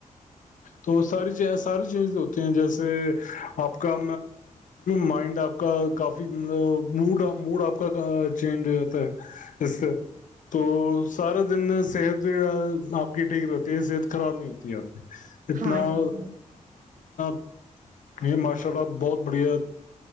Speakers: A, on the left; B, on the right.
A: تو ساری ساری چیزز ہوتی ہیں جیسے آپ کا مائنڈ آپ کا کافی ا مڈ مڈ آپ چینج ہو جاتا ہے اس سے تو سارا دن صحت بھی آپ کی ٹھیک رہتی ہے صحت خراب نہیں ہوتی اب اتنا
B: ہاں یہ تو میں
A: <inaudible> یہ ماشاء اللہ بہت بڑھیا